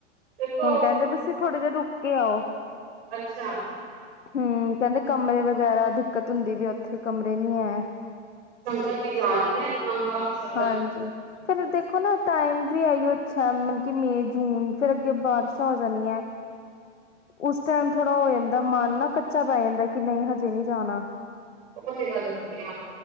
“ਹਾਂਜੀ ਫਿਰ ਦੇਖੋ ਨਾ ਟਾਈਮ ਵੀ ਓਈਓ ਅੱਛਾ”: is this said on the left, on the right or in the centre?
Left